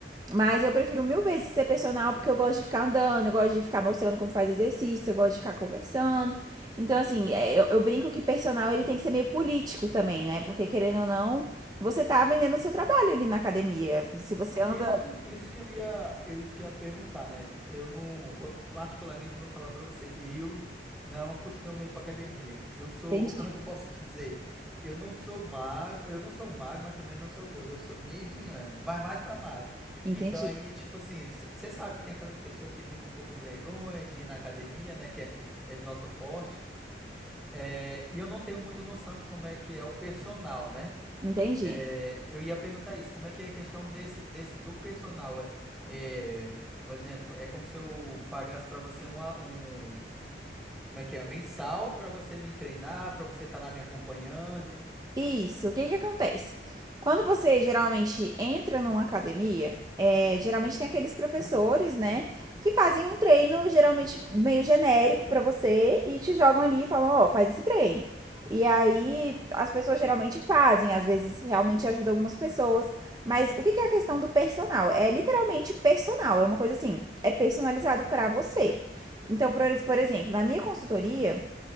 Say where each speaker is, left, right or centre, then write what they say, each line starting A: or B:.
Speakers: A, on the right (about 20°); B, in the centre.
A: Mas eu prefiro mil vezes ser personal porque eu gosto de ficar andando, eu gosto de ficar mostrando como faz exercício, eu gosto de ficar conversando. Então, assim, é, eu, eu brinco que personal ele tem que ser meio político também, né? Porque querendo ou não, você tá vendendo o seu trabalho ali na academia. Se você anda.
B: Isso que eu, isso que eu ia, eu isso que eu ia perguntar, né? Eu não vou, particularmente vou falar para você, eu não costumo ir para academia. Eu sou,
A: Entendi,
B: como é que eu posso te dizer? Eu não sou magro, eu não sou magro, mas também não sou gordo, eu sou mediana, mas mais para magro.
A: entendi,
B: Então aí, tipo assim, você sabe que tem aquelas pessoas que ficam um pouco com vergonha de ir na academia, né, que é, é do nosso porte. É, e eu não tenho muita noção de como é que é o personal, né?
A: entendi.
B: É, eu ia perguntar isso, como é que é a questão desse, desse do personal? É, é, um exemplo, é como se eu pagasse para você um, a- um, como é que é, mensal para você me treinar, para você estar lá me acompanhando.
A: Isso. O que que acontece? Quando você geralmente entra numa academia, é, geralmente tem aqueles professores, né, que fazem um treino geralmente meio genérico pra você e te jogam ali e falam, ó, faz esse treino. E aí as pessoas geralmente fazem, às vezes realmente ajuda algumas pessoas, mas o que que é a questão do personal? É literalmente personal, é uma coisa assim, é personalizado pra você. Então, por, por exemplo, na minha consultoria,